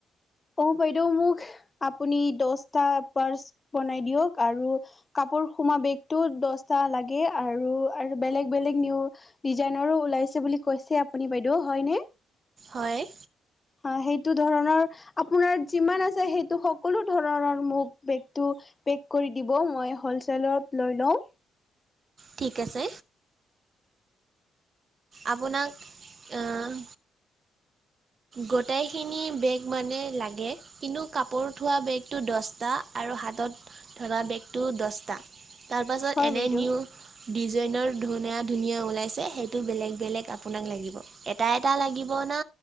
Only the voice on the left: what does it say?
অ বাইদেউ মোক আপুনি দচটা পাৰ্চ বনাই দিয়ক আৰু কাপোৰ হুমা বেগটো দহটা লাগে আৰু আৰু বেলেগ বেলেগ নিউ ডিজাইনৰো ওলাইছে বুলি কৈছে আপুনি বাইদেউ হয়নে?
অ সেইটো ধৰণৰ আপোনাৰ যিমান আছে সেইটো সকলো ধৰণৰ মোক বেগটো পেক কৰি দিব মই হ'লচেলত লৈ লওঁ।
হয়
বাইদেউ